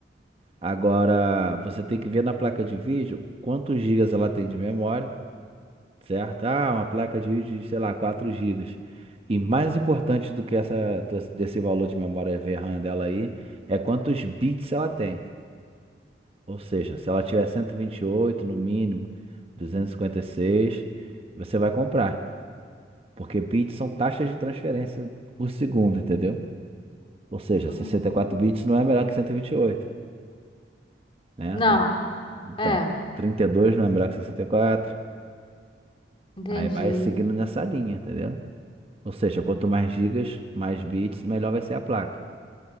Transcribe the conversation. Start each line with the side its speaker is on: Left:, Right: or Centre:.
Right: Agora, você tem que ver na placa de vídeo quantos gigas ela tem de memória, certo? Ah, uma placa de vídeo de, sei lá, 4 gigas. E mais importante do que essa, do- desse valor de memória VRAM dela aí, é quantos bits ela tem. Ou seja, se ela tiver 128 no mínimo, 256, você vai comprar. Porque bits são taxas de transferência por segundo, entendeu? Ou seja,
Left: Hum.
Right: sessenta e quatro bits não é melhor que cento e e vinte e oito, né?
Left: Não,
Right: Tr- Então,
Left: é,
Right: 32 não é melhor que 64.
Left: entendi.
Right: Aí vai seguindo nessa linha, entendeu? Ou seja, quanto mais gigas, mais bits, melhor vai ser a placa.